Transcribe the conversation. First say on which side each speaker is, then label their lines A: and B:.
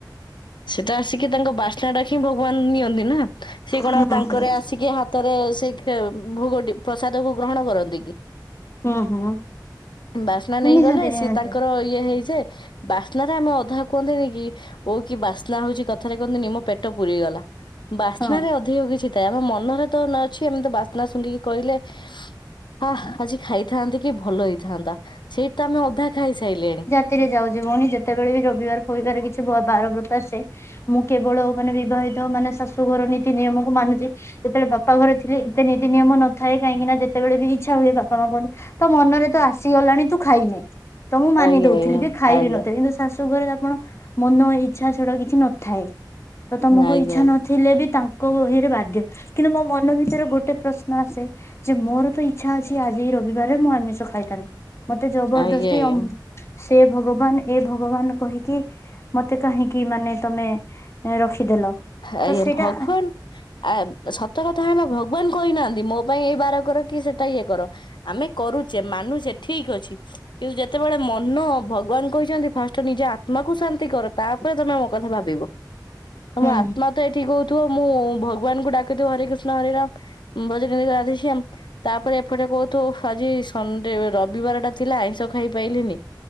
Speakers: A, on the left; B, on the left.
A: ସେଟା ଆସିକି ତାଙ୍କ ବା ଚାଡାଖି ଭଗବାନ ନିଅନ୍ତି ନା ସେ କଣ
B: ହୁଁ
A: ଆଉ ତାଙ୍କର
B: ହୁଁ।
A: ଆସି ଟିକେ ହାତରେ ସେଇ ଖେ ଭୋଗଟି ପ୍ରସାଦକୁ ଗ୍ରହଣ କରନ୍ତି କି
B: ହୁଁ ହୁଁ
A: ବାସ୍ନା ନେଇଗଲେ
B: ନିହାତି ନିହାତି
A: ସିଏ ତାଙ୍କର ଇଏ ହେଇଯାଏ ବାସ୍ନାରେ ଆମେ ଅଧା କୁହନ୍ତିନିକି, ଓ କି ବାସ୍ନା ହଉଛି କଥାରେ କହନ୍ତିନି ମୋ ପେଟ ପୁରିଗଲା। ବାସ୍ନାରେ
B: ହଁ।
A: ଅଧିକ କିଛି ଥାଏ ଆମ ମନରେ ତ ଅଛି ଏମିତି ବାସ୍ନା ଶୁଙ୍ଘିକି କହିଲେ ଆଃ ଆଜି ଖାଇଥାନ୍ତେ କି ଭଲ ହେଇଥାନ୍ତା ସେଇଠି ତ ଆମେ ଅଧା ଖାଇସାଇଲେଣି।
B: ରାତିରେ ଯାଉଛି ଭଉଣୀ ଯେତେବେଳେ ବି ରବିବାର ଫବିବାର କିଛି ବାର ବ୍ରତ ଆସେ ମୁଁ କେବଳ ମାନେ ବିବାହିତ ମାନେ ଶାଶୁଘର ନୀତି ନିୟମକୁ ମାନୁଚି। ଯେତେବେଳେ ବାପା ଘରେ ଥିଲେ ଏତେ ନିତି ନିୟମ ନଥାଏ! କାହିଁକି ନା ଯେତେବେଳେ ବି ଇଚ୍ଛା ହୁଏ, ବାପା ମା କୁହନ୍ତି ତୋ ମନରେ ତ ଆସିଗଲାଣି ତୁ ଖାଇନେ, ତ ମୁଁ ମାନି
A: ଆଜ୍ଞା
B: ଦଉଥିଲି
A: ଆଜ୍ଞା
B: ବି ଖାଇବି
A: ଆଜ୍ଞା
B: ନଥିଲି। କିନ୍ତୁ ଶାଶୁ ଘରେ ଆପଣ ମନ ଇଚ୍ଛା ସେଟା କିଛି ନଥାଏ ତମକୁ
A: ଆଜ୍ଞା
B: ଇଛା ନ। ଥିଲେ ବି ତାଙ୍କ ବହିରେ ବାଧ୍ୟ କିନ୍ତୁ ମୋ ମନ ଭିତରେ ଗୋଟେ ପ୍ରଶ୍ନ ଆସେ। ଯେ ମୋର ତ ଇଚ୍ଛା ଅଛି ଆଜି ରବିବାରରେ ମୁଁ ଆମିଷ ଖାଇଥାନ୍ତି ମତେ ଜବରଦସ୍ତି
A: ଆଜ୍ଞା ଆଜ୍ଞା।
B: ଅ। ସେ ଭଗବାନ ଏ ଭଗବାନ କହିକି। ମତେ କାହିଁକି ମାନେ ତମେ ରଖିଦେଲ।
A: ଆଜ୍ଞା
B: ତ ସେଇଟା
A: ଭଗବାନ ଆ ସତ କଥା ହେଲା ଭଗବାନ କହିନାହାନ୍ତି। ଯେ ମୋ ପାଇଁ ଏଇ ବାର କର କି ସେଟା ଇଏ କର ଆମେ କରୁଛେ ମାନୁଛେ ଠିକ ଅଛି। କିନ୍ତୁ ଯେତେବେଳେ ମନ ଭଗବାନ କହିଛନ୍ତି ଫାଷ୍ଟେ ନିଜ ଆତ୍ମାକୁ ଶାନ୍ତି କର ତାପରେ ତମେ ଆମ କଥା ଭାବିବ। ତମ
B: ହୁଁ
A: ଆତ୍ମା ତ ଏଠି କହୁଥିବ ମୁଁ ଭଗବାନଙ୍କୁ ଡାକିଥିବ ହରେ କୃଷ୍ଣ ହରେରାମ। ଭଜ ନିତାଇ ରାଧେ ଶ୍ୟାମ। ତାପରେ ଏପଟେ କହୁଥୁ ଆଜି ସଣ୍ଡେ ରବିବାର ଟା ଥିଲା ଆଇଁଷ ଖାଇପାଇଲିନି।